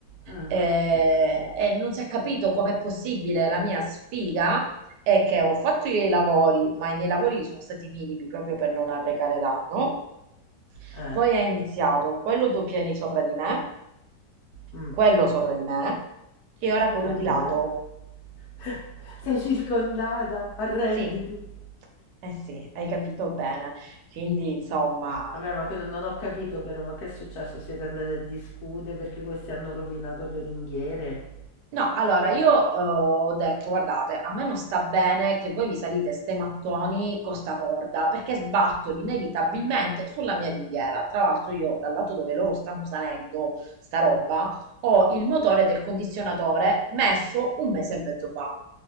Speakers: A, on the left; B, on the right.
A: mm,
B: Eh,
A: ok.
B: E, non si è capito com'è possibile la mia sfiga è che ho fatto i lavori, ma i miei lavori sono stati minimi proprio per non arrecare danno.
A: Eh,
B: poi è iniziato quello due piani sopra di me
A: mm.
B: quello sopra di me e ora quello
A: Ancora?
B: di lato
A: <laughs> Sei circondata, arrenditi.
B: sì eh sì hai capito bene quindi insomma
A: Vabbè, ma che non non ho capito però, ma che è successo? Siete andati a discutere perché questi hanno rovinato le ringhiere?
B: No, allora io eh, ho detto, guardate, a me non sta bene che voi vi salite ste mattoni con sta corda, perché sbattono inevitabilmente sulla mia ringhiera. Tra l'altro io, dal lato dove loro stanno salendo sta roba, ho il motore del condizionatore messo un mese e mezzo fa.